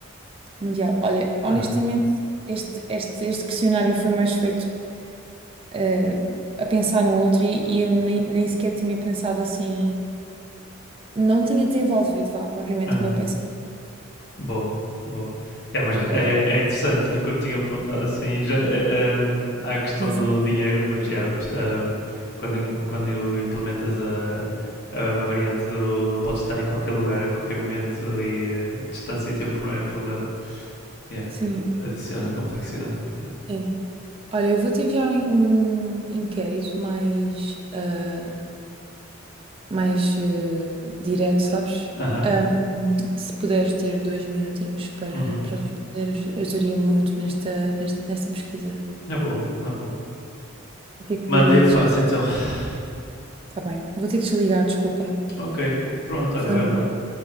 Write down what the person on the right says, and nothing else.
mundial. Olha, honestamente,
este, este, este questionário foi mais feito eh, a pensar no outro e, e eu nem, nem sequer tinha pensado assim, não tinha desenvolvido, vá, propriamente
o meu pensamento.
Ok,
nisso.
Sim.
Sim. Olha, eu vou-te enviar um, um inquérito mais, ah, mais eh, direto, sabes?
Hum, Se puderes ter dois minutinhos para,
para responder, ajudaria muito nesta, nesta, nesta pesquisa.
Vou ter que.
des-
Tá bem, vou ter que desligar, desculpa.
Falamos.